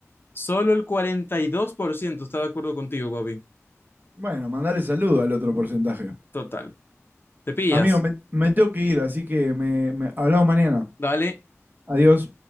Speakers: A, on the left; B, on the right.
A: solo el 42% está de acuerdo contigo, Bobby.
B: Bueno, mandarle saludo al otro porcentaje.
A: Total. ¿Te pillas?
B: Amigo, me, me tengo que ir, así que me, me hablamos mañana.
A: Dale.
B: Adiós.